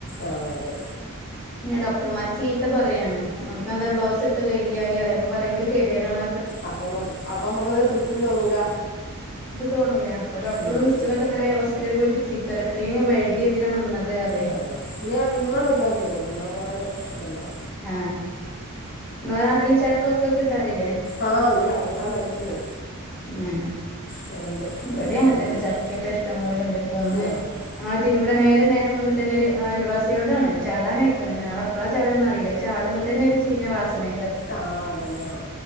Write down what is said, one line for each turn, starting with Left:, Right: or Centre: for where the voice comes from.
Left: ആഹ് അതെ
Centre: ന്നെ ഡോക്ടർമാര് ചീത്ത പറയാണ് അനക്ക്ന്താ ഗ്ലാവ്സ് ഇട്ട് കഴിയാല് റയും അപ്പൊ പറയും എനിക്ക് ഗതികേടാണ്
Left: അപ്പമ്മക്ക് അപ്പമ്മക്കൊരു തൃപ്തി തോന്നൂല
Centre: തോണൂല അപ്പ ഡോക്ടറും
Left: ഉം
Centre: സിസ്റ്ററും
Left: ഉം
Centre: ഒക്കെ ഇന്നല ഹോസിറ്റലിൽ പോയിട്ട് ചീത്ത പറയ എത്രയും വൈകിഎന്തിനാ നിന്നത് പറയും
Left: ആഹ് യ്യ് വിമ്മ് ട് ഒഴിവാക്കിയോക്കൊണ്ടു കൊറെ ഒര് ഇണ്ടാവും
Centre: ആഹ് ഞളെ നാട്ടില് ചക്കൊക്കെ കിട്ടാറില്ലേ
Left: ആ ഇന്ന് ചക്കക്കൂട്ടാൻ ഉണ്ടാക്കിയിട്ടുണ്ട്
Centre: ഉം
Left: ഇവിടെ ഉണ്ട്
Centre: ഇബടെ
Left: അടുത്തുനിന്നൊക്കെ
Centre: അങ്ങനെത്തന്നെ
Left: കിട്ടും
Centre: ചക്കൊക്കെ ഇഷ്ടംപലെണ്ട് ഇപ്പൊ ഒന്ന്
Left: ആ
Centre: ഞങ്ങളെ തിര് ഇവിടെ നേരെ നേരെ മുന്നെ തന്നെ ഒരു അയൽവാസികളതാണ് ചാടാൻആയിക്ക്ണ് നാളെ എപ്പളാ ചാടാന്ന് അറിയി ചാടുമ്പോ തന്നെ ഒരു ചീഞ്ഞ വാസനെ
Left: ആഹ് അതന്നെ ആ